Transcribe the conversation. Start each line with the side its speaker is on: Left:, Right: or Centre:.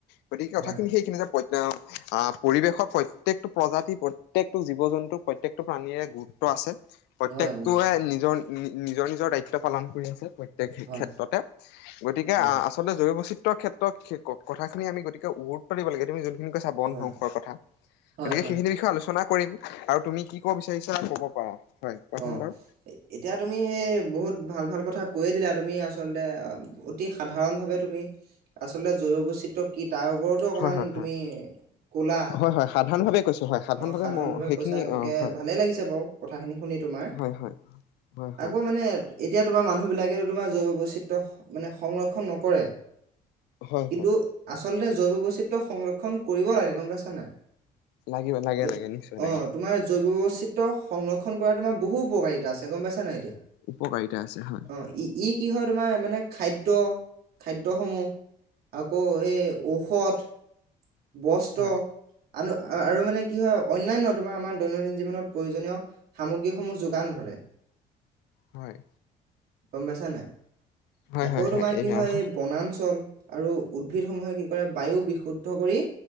Left: গতিকে কথাখিনি
Right: হয়
Left: সেইখিনি‌ যে পই আঁ পৰিৱেশৰ প্ৰতেকটো প্ৰজাতি, প্ৰত্যেকটো জীৱ জন্তু প্ৰত্যেক প্ৰাণীযৰে গুৰুত্ব আছে। প্ৰত্যেকটোৱে
Right: হয় নিশ্চয়
Left: নিজৰ নিজৰ নিজৰ দায়িত্ব পালন কৰি আছে। প্ৰত্যেক
Right: হয়
Left: ক্ষেত্ৰতে গতিকে
Right: হয়
Left: আচলতে জৈৱ ক্ষেত্ৰত কথাখি আম গতিে গুৰুত্ব দিব লাগে তুমি যোনখিনি বন
Right: হয়
Left: ধ্বংসৰ কথা
Right: হয়
Left: গতিকে
Right: হয়
Left: সেইখিনিৰ বিষয়ে আলোচনা আলোচনা কৰিম আৰু তুমি কি ক'ব পাৰা হয় কোৱাচোন
Right: অঁ
Left: বাৰু
Right: এতিয়া তুমি বহুত ভাল ভাল কথা কৈয়ে দিলা তুমি আচলতে অতি সাধাৰণ ভাৱে তুমি আচলতে জৈৱ বৈচিত্ৰ্য কি তাৰ ওপৰতো অকমান
Left: হয় হয়
Right: তুমি
Left: হয়
Right: কলা
Left: হয় হয় সাধাৰণ ভাৱে কৈছো হয়
Right: অঁ সাধাৰণ
Left: মই
Right: ভাৱে
Left: সেইখিনি
Right: কৈছা গতিকে
Left: অ হয়
Right: ভালে লাগিছে বাৰু কথাখিনি শুনি তোমাৰ,
Left: হয় হয় হয় হয়
Right: আকৌ মানে এতিয়া তোমাৰ মানুহ বিলাকে তোমাৰ জৈৱ বৈচিত্ৰ্য মানে সংৰক্ষণ নকৰে
Left: হয়
Right: কিন্তু
Left: হয়
Right: আচ আচলতে জৈৱ বৈচিত্ৰ্য সংৰক্ষণ কৰিব লাগে গম পাইছা নে নাই?
Left: লাগিব লাগে
Right: জৈ-অ',
Left: লাগে নিশ্চয় লাগে
Right: তোমাৰ জৈৱবৈচিত্ৰ্য সংৰ কৰা তোমাৰ বহু উপকাৰিতা আছে গম পাইছা নে নাই এতিয়া?
Left: উপকাৰিতা আছে হয়
Right: অ', ই-ই কি হয়, তোমাৰ মানে খাদ্য খাদ্যসমূহ, আকৌ এই ঔষধ বস্ত্ৰ
Left: হয়
Right: আন আ-আৰু মানে কি হয়, অন্যান্য তোমাৰ আমাৰ দৈনন্দিন জীৱনত প্ৰয়োজনীয় সামগ্ৰীসমূহ যোগান ধৰে।
Left: হয়।
Right: গম পাইছা নে নাই?
Left: হয়
Right: আকৌ
Left: হয়
Right: তোমাৰ কি
Left: না-
Right: হয়, এই বনাঞ্চল আৰু উদ্ভিদসমূহে কি কৰে, বায়ু বিশুদ্ধ কৰি